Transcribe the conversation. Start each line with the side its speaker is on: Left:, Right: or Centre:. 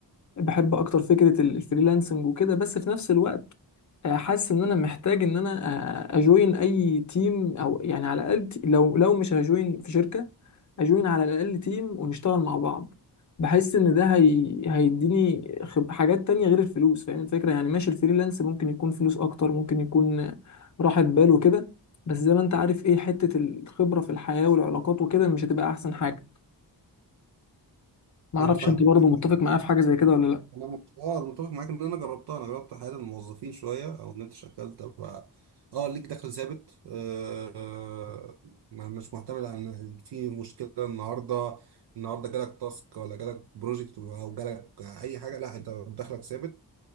Left: بحب اكتر فكره ال- الفريلانسنج وكده بس في نفس الوقت آه، حاسس ان انا محتاج ان انا آه، اجوين اي تيم او يعني على الاقل ت- لو لو مش هجوين في شركه اجوين على الاقل تيم ونشتغل مع بعض بحس ان ده هي... هيديني خب... حاجات تانية غير الفلوس فاهم الفكره يعني ماشي الفريلانس ممكن يكون فلوس اكتر ممكن يكون راحه بال وكده بس زي ما انت عارف ايه حته الخبره في الحياه والعلاقات وكده مش هتبقى احسن حاجه معرفش
Right: انا فاهمك
Left: انت برضه متفق معايا في حاجه زي كده ولا لا
Right: انا مت... اه انا متفق معاك ان انا جربتها انا جربت حياه الموظفين شويه او ان انت شغال تبقى اه ليك دخل ثابت آه آه، ما- مش معتمد على ان في مشكله النهارده النهارده جالك تاسك ولا جالك بروجكت او جالك اي حاجه لا انت دخلك ثابت